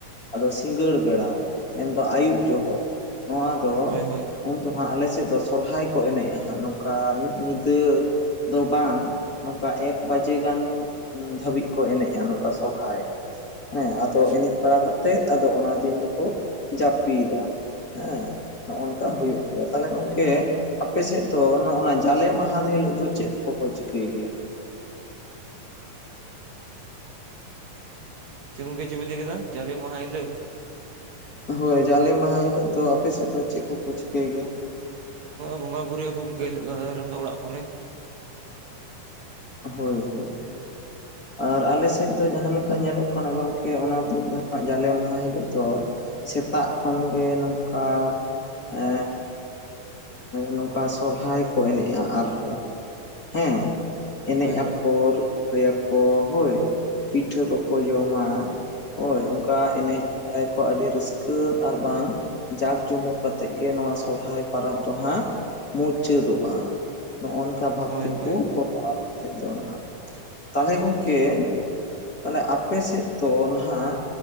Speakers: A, on the left (about 30°); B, on the right (about 60°).
A: ᱟᱫᱚ ᱥᱤᱸᱜᱟᱹᱲ ᱵᱮᱲᱟ ᱢᱮᱱ ᱫᱚ ᱟᱹᱩᱵ ᱡᱚᱦᱚᱜ ᱱᱚᱣᱟ ᱫᱚ
B: ᱦᱳᱭ ᱦᱳᱭ
A: ᱩᱱ ᱫᱚ ᱦᱟᱸᱜ ᱟᱞᱮ ᱥᱮᱫ ᱫᱚ ᱥᱚᱨᱦᱟᱭ ᱠᱚ ᱮᱱᱮᱡ-ᱟ ᱦᱟᱸᱜ ᱱᱚᱝᱠᱟ ᱢᱤᱫ ᱧᱤᱫᱟᱹ ᱾ ᱫᱚ ᱵᱟᱝ ᱱᱚᱝᱠᱟ ᱮᱠ ᱵᱟᱡᱮ ᱜᱟᱱ ᱫᱷᱟᱹᱵᱤᱡ ᱠᱚ ᱮᱱᱮᱡ-ᱟ ᱱᱚᱝᱠᱟ ᱥᱚᱨᱦᱟᱭ ᱾ ᱦᱮᱸ ᱟᱫᱚ
B: ᱟᱪᱪᱷᱟ
A: ᱮᱱᱮᱡ ᱵᱟᱲᱟ ᱠᱟᱛᱮᱫ ᱟᱫᱚ ᱚᱱᱟ ᱫᱤᱱ ᱫᱚᱠᱚ ᱡᱟᱹᱯᱤᱫᱟ ᱾ ᱦᱮᱸ ᱱᱚᱜ ᱱᱚᱠᱟ ᱦᱩᱭᱩᱜ ᱜᱮᱭᱟ, ᱛᱟᱦᱚᱞᱮ ᱜᱚᱝᱠᱮ ᱟᱯᱮ ᱥᱮᱫ ᱫᱚ ᱱᱚ-ᱱᱟᱜ ᱡᱟᱞᱮ ᱢᱟᱦᱟ ᱦᱤᱞᱳᱜ ᱫᱚ ᱪᱮᱫ ᱠᱚᱠᱚ ᱪᱤᱠᱟᱹᱭ ᱜᱮᱭᱟ?
B: ᱪᱮᱫ ᱜᱚᱢᱜᱮ ᱪᱮᱫ ᱵᱮᱱ ᱞᱟᱹᱭ ᱠᱮᱫᱟ ᱡᱟᱞᱮ ᱢᱟᱦᱟ ᱦᱤᱞᱳᱜ
A: ᱦᱳᱭ ᱡᱟᱞᱮ ᱢᱟᱦᱟ ᱦᱤᱞᱳᱜ ᱫᱚ ᱟᱯᱮ ᱥᱮᱫ ᱫᱚ ᱪᱮᱫ ᱠᱚᱠᱚ ᱪᱤᱠᱟᱹᱭ ᱜᱮᱭᱟ?
B: ᱵᱚᱸᱜᱟ ᱵᱩᱨᱩᱭ ᱟᱠᱚ ᱜᱚᱢᱠᱮ <unintelligible> ᱨᱮᱱ ᱫᱚ ᱚᱲᱟᱜ ᱠᱚᱨᱮ
A: ᱦᱳᱭ ᱦᱳᱭ ᱾ ᱟᱨ ᱟᱞᱮ ᱥᱮᱫ ᱫᱚ ᱡᱟᱦᱟᱸ ᱞᱮᱠᱟ ᱧᱮᱞᱚᱜ ᱠᱟᱱᱟ ᱜᱚᱢᱠᱮ ᱚᱱᱟ ᱫᱤᱱ ᱫᱚ ᱡᱟᱞᱮ ᱢᱟᱦᱟ ᱦᱤᱞᱳᱜ ᱫᱚ ᱥᱮᱛᱟᱜ ᱠᱷᱚᱱᱜᱮ ᱱᱚᱝᱠᱟ ᱮ ᱱᱚᱝᱠᱟ ᱥᱚᱨᱦᱟᱭ ᱠᱚ ᱮᱱᱮᱡ-ᱟ ᱟᱨᱦᱚᱸ ᱦᱮᱸ᱾ ᱮᱱᱮᱡ
B: ᱦᱳᱭ ᱦᱳᱭ
A: ᱟᱠᱚ ᱨᱤᱠᱟᱹᱭ ᱟᱠᱚ ᱦᱳᱭ ᱯᱤᱴᱷᱟᱹ ᱠᱚᱠᱚ ᱡᱚᱢᱟ ᱾ ᱦᱳᱭ ᱚᱱᱠᱟ ᱮᱱᱮᱡ ᱵᱟᱲᱟᱭ ᱟᱠᱚ ᱟᱹᱰᱤ ᱨᱟᱹᱥᱠᱟᱹ ᱟᱨ ᱵᱟᱝ ᱡᱟᱠ ᱡᱚᱢᱚᱠ ᱠᱟᱛᱮᱫ ᱜᱮ ᱱᱚᱣᱟ ᱥᱚᱨᱦᱟᱭ ᱯᱚᱨᱚᱵ ᱫᱚ ᱦᱟᱸᱜ ᱢᱩᱪᱟᱹᱫᱚᱜ-ᱟ ᱾ ᱱᱚᱜ ᱱᱚᱝᱠᱟ ᱵᱷᱟᱵ
B: ᱦᱳᱭ
A: ᱛᱮᱜᱮ
B: ᱦᱳᱭ
A: ᱠᱚ ᱠᱚᱨᱟᱣᱟ ᱟᱞᱮ ᱥᱮᱫ ᱫᱚ ᱱᱟᱦᱟᱸᱜ ᱛᱟᱦᱚᱞᱮ
B: ᱟᱪᱪᱷᱟ
A: ᱜᱚᱢᱠᱮ
B: ᱟᱪᱪᱷᱟ
A: ᱾ ᱛᱟᱦᱚᱞᱮ ᱟᱯᱮ ᱥᱮᱫ ᱫᱚ ᱱᱟᱦᱟᱸᱜ